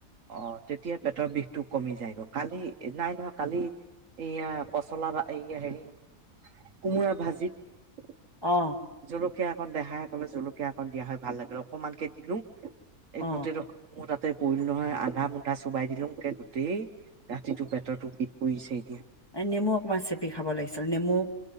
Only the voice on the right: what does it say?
অহ। তেতিয়া পেটৰ বিষটো কমি যায় গৈ। কালি, নাই নহয় কালি, এয়া পচলা বা এই হেৰি কোমোৰা ভাজিত
জলকীয়া। দেহাই ক'লে জলকীয়া অকন দিয়া হয় ভাল লাগে, অকনমানকে দিলোঁ।
এই গোটেইটো মোৰ তাতে পৰিল নহয়, আন্ধাৰ মুন্ধাৰ চোবাই দিলোঙকে গোটেই ৰাতিটো পেটৰটো বিষ পৰিছেই।